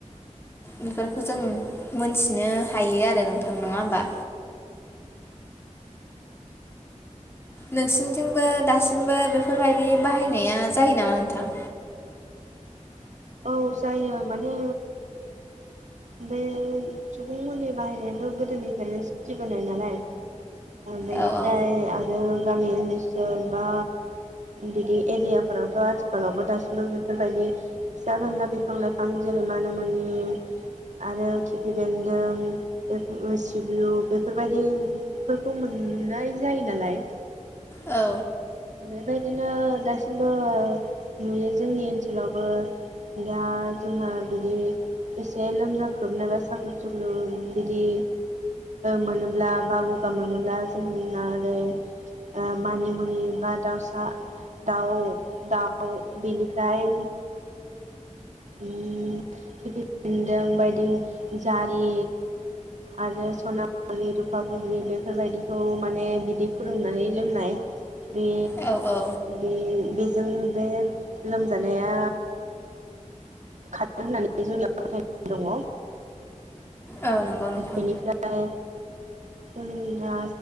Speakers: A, on the left; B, on the right.
A: बेफोरखौ जों मोनथिनो हायो आरो नोंथां नङा होमबा नोंसिनिथिंबो दासिमबो बेफोरबायदि बाहायनाया जायो नामा नोंथां
B: औ जायो माने बे सुबुं मुलि बाहायनायाथ गोदोनिफ्रायनो सिलिबोनाय नालाय बेनिफ्राय
A: औ औ
B: आरो गामि ओनसो ल बा बिदि एरियाफोरावथ' आथिखालावबो दासिमबो बेफोरबायदि फिसा फिनला बिफां लाइफां जेरै माना मुनि आरो खिफि बेन्दों सिब्रु बेफोरबायदिफोरखौ मोननाय जायो नालाय
A: औ
B: बेबायदिनो दासिमबो नुयो जोंनि ओनसोलावबो दा जोंहा बिदि एसे लोम जाख्रुब नाबा साख्रुब सुख्रु बिदि मोनोब्ला बा गगा मोनोब्ला जोंना आरो ओ मानिमुनि बा दाउसा दाउ दाउ बेनिफ्राय उम खिफिबेनदों बायदि बिदिनो जारि आरो सना फुलि रुफा फुलि दि बेफोरबायदिखौ माने बिदै फोरुदुंनानै लोंनाय बे
A: औ औ
B: बे बेजों बे लोमजानाया खारो होननानै जोंनियाव फोथायनाय दंङ
A: औ नंगौ नोंथां
B: बेनिफ्राय जोंना